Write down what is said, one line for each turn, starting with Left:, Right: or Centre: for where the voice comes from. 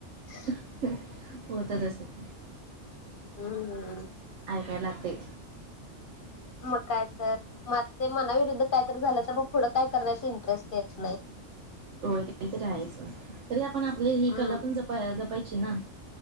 Left: <unintelligible>
Right: <unintelligible> होतं, तसं पण.
Left: हम्म.
Right: ऐकायला लागतय.
Left: मग काय तर. मग आता ते मनाविरुद्ध काहीतरी झालं. तर मग पुढे काही करण्याचा इंटरेस्ट येत नाही.
Right: होय, ते तर आहेच होय. तरी आपण आपली ही
Left: हम्म
Right: कला पण जपा -जपायची ना.